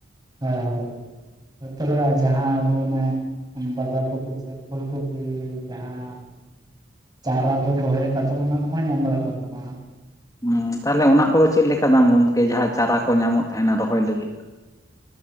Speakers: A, on the right; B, on the left.
A: ᱦᱳᱭ ᱦᱳᱭ ᱦᱳᱭ ᱱᱤᱛᱚᱜᱟᱜ ᱡᱟᱦᱟᱸ ᱟᱵᱚ ᱚᱱᱟ ᱵᱟᱡᱟᱨ ᱠᱚᱠᱚ ᱪᱟᱞᱟ <unintelligible> ᱯᱷᱩᱞᱠᱩᱯᱷᱤ ᱡᱟᱦᱟᱸ, ᱪᱟᱨᱟ ᱵᱚᱱ ᱨᱚᱦᱚᱭᱮᱫ ᱠᱟᱱ ᱛᱟᱦᱮᱱᱟ ᱚᱱᱟ ᱠᱚᱦᱚᱸ ᱧᱟᱢ ᱵᱟᱲᱟᱜ ᱠᱟᱱ ᱛᱟᱦᱮᱱᱟ᱾
B: ᱦᱸ ᱛᱟᱦᱞᱮ ᱚᱱᱟ ᱠᱚᱫᱚ ᱪᱮᱫ ᱞᱮᱠᱟ ᱫᱟᱢ ᱜᱚᱢᱠᱮ ᱡᱟᱦᱟᱸ ᱪᱟᱨᱟ ᱠᱚ ᱧᱟᱢᱚᱜ ᱛᱟᱦᱮᱱᱟ ᱨᱚᱦᱚᱭ ᱞᱟᱹᱜᱤᱫ?